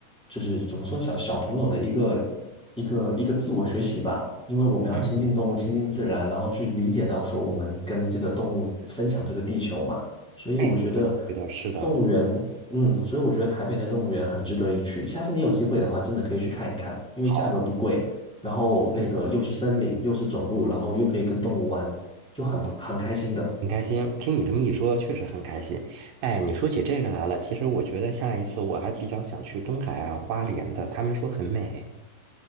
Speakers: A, in the centre; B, on the right (about 85°).
A: 就是怎么说小小朋友的一个一个一个自我学习吧。因为我们要亲近动物，
B: 嗯，
A: 亲近自然，然后去理解到说我们跟这个动物分享这个地球嘛。所以我觉得
B: 哎，对的对的，是的，
A: 动物园，嗯，所以我觉得台北的动物园很值得一去。下次你有机会的话，真的可以去看一看，因为价格不贵。
B: 好，
A: 然后那个又是森林，
B: 嗯，
A: 又是走路，然后又可以跟动物玩，就很不很开心的
B: 很开心，听你这么一说，确实很开心。哎，你说起这个来了，其实我觉得下一次我还比较想去东海啊、花莲的，他们说很美，